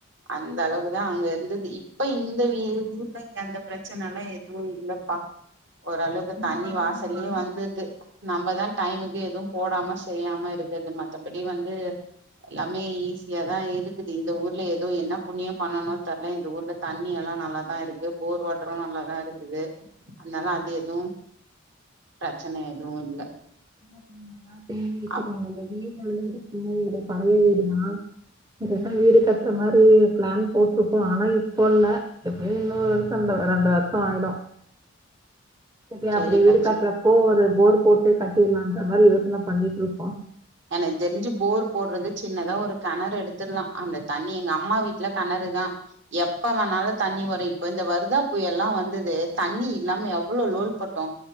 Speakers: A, on the right (about 60°); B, on the right (about 15°).
A: அந்த அளவுக்தா அங்க இருந்துது இப்ப இந்த வீட்ல அந்த பிரச்சனலா எதுவு இல்லப்பா ஓரளவுக்கு
B: அங்க
A: தண்ணி
B: பரவாயில்ல,
A: வாஸ் துது நம்மதா டைமுக்கு எதுவு போடாம செய்யாம இருக்குது மத்தபடி வந்து எல்லாமே ஈஸியாதா இருக்குது இந்த ஊர்ல எதோ என்ன புண்ணியோ பண்ணணோ தெர்ல இந்த ஊர்ல தண்ணி எல்லா நல்லாதா இருக்கு போர் வாட்ரு நல்லாதா இருக்குது அதுனால அது எது பிரச்சன எதுவு இல்ல
B: <unintelligible> வீடு சின்ன
A: அப்
B: வீடு பழைய வீடு தா இதுகப்ரோ வீடு கட்ற மாரி பிளான் போட்ருக்கோ ஆனா இப்போ இல்ல எப்டியு இன்னு ஒரு வர்ஷோ அந்த ரெண்டு வர்ஷோ ஆயிடு செரி
A: சேரிப்பா
B: அப்டி வீடு கட்றப்போ
A: சே
B: ஒரு போர் போட்டு கட்டிர்லான்ற மாரி யோசன பண்ணிட் இருக்கோ
A: எனக்கு தெரிஞ்சு போர் போட்றது சின்னதா ஒரு கெணறு எடுத்துர்லா அந்த தண்ணி எங்க அம்மா வீட்ல கணறுதா எப்ப வேணாலு தண்ணி வரு இப்போ இந்த வருதா புய எல்லா வந்துது தண்ணி இல்லாம எவ்ளோ லோல் பட்டோ